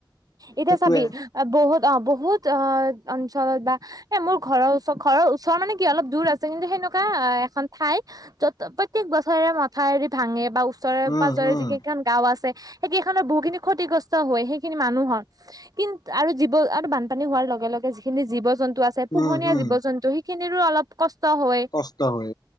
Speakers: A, on the right; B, on the left.
A: এতিয়া
B: সেইটোৱে
A: চাবি বহুত অ বহুত অ অঞ্চলত বা এ মোৰ ঘৰৰ ওচ ঘৰৰ ওচৰৰ মানে কি অলপ দূৰ আছে কিন্তু সে এনেকুৱা এখন ঠাই য'ত প্ৰত্যেক বছৰে মথাৰি ভাঙে বা। উচৰে
B: উম
A: পাঁজৰে
B: উম
A: যি কেইখন গাঁও আছে সেই কেইখনৰ বহু খিনি খ্ষতি। ক্ষতিগ্ৰস্ত হয় সেইখিনি মানুহৰ কিন্তু আৰু জীৱ আৰু বানপানী হোৱাৰ লগে লগে যিখিনি জীৱ জন্তু। পোহনীয়া
B: উম উম
A: জীৱ জন্তু সেইখিনিৰো অলপ কষ্ট। হয়
B: কষ্ট হৈ।